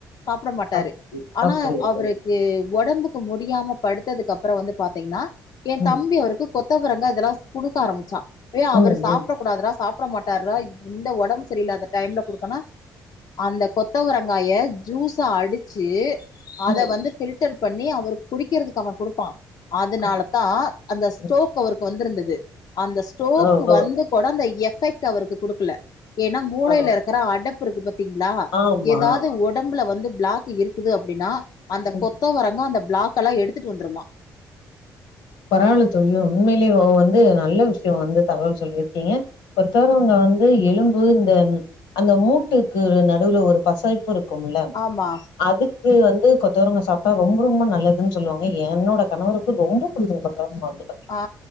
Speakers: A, on the left; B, on the left.
A: சாப்ட மாட்டாரு
B: அப்டி
A: ஆனாவ்
B: அப்படியா
A: அவ்ருக்
B: தோழி
A: ஏ ஒடம்புக்கு முடியாம படுத்ததுக்கு அப்றோ வந்து பாத்தீங்னா என்
B: ம்
A: தம்பி அவருக்கு கொத்தவரங்க அதெல்லாஸ் குடுக்க ஆரம்பிச்சா ஏ அவரு
B: ம்
A: சாப்டக்
B: ம்
A: கூடாதுடாஸ் சாப்ட மாட்டார்றா இந்த ஒடம் சரியில்லாத டைம்ல குடுக்கனா அந்த கொத்தவரங்காய ஜூஸா அடிச்சு அத
B: ம்
A: வந்து ஃபில்டர் பண்ணி அவருக் குடிக்கிறதுக்கு அவன் குடுப்பா அதனாலதா
B: அப்-
A: அந்த ஸ்டோக்
B: ம்.
A: அவர்க் வந்துருந்தது ஸ்டோக்
B: ஓஹோ
A: வந்து கூட அந்த எஃபெக்ட் அவருக்கு குடுக்கல ஏன்னா மூலையில
B: ஆ
A: இருக்குற அடப்புருக்கு பத் த்தீங்ளா
B: ஆமா
A: ஏதாது ஒடம்ல வந்து ப்ளாக் இருக்குது அப்டின்னா அந்த
B: ம்
A: கொத் த்துவரங்கா அந்த ப்ளக்கல்லா எடுத்துட்டு வந்துருமா
B: பரவால தோழி உண்மைலேயே இவ வந்து நல்ல விஷய வந்து தகவல் சொல்லிருக்கீங்க கொத்தாரவங்க வந்து எலும்பு இந்தம் அந்த மூட்டுக்கு நடுவுல ஒரு பசைப்புரு கும்முள
A: ஆமா
B: அதுக்கு வந்து கொத்தவரங்கா சாப்ட்டா ரொம்ப ரொம்ப நல்லதுன் சொல்லுவாங்க என்னோட கணவருக்கு ரொம்பப் <unintelligible> மறந்துப்ப
A: ஆ